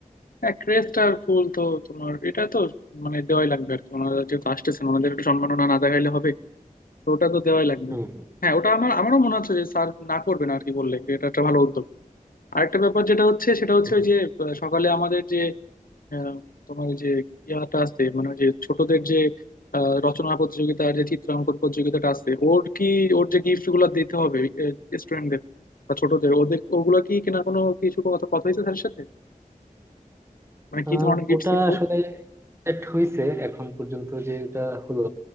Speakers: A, on the left; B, on the right.
A: হ্যাঁ ক্রেস্ট আর ফুল তো তোমার এটা তো মানে দেওয়াই লাগবে আর কি ওনারা যেহেতু আসতেছেন ওনাদের একটু সম্মাননা না দেখাইলে হবে তো ওটা তো দেওয়াই লাগবে
B: হুম হুম
A: হ্যাঁ ওটা আমার আমারও মনে হচ্ছে যে স্যার না করবেন আর কি বললে এটা একটা ভালো উদ্যোগ আরেকটা ব্যাপার যেটা হচ্ছে সেটা হচ্ছে
B: হুম, হুম।
A: ওই যে আহ, সকালে আমাদের যে আহ, তোমার ওই যে ইয়াটা আছে মানে ওই যে ছোটদের যে আহ, রচনা প্রতিযোগিতা আর যে চিত্রাঙ্কন প্রতিযোগিতাটা আছে ওর কি ওর যে গিফট গুলো দিতে হবে স্টুডেন্টদের বা ছোটদের ওদের ওগুলো কি কিনা কোনো কিছু কথা কথা হয়েছে তার সাথে মানে কি
B: আহ,
A: ধরনের গিফট
B: ওটা
A: কিনবো
B: আসলে সেট হয়েছে এখন পর্যন্ত যে এটা হলো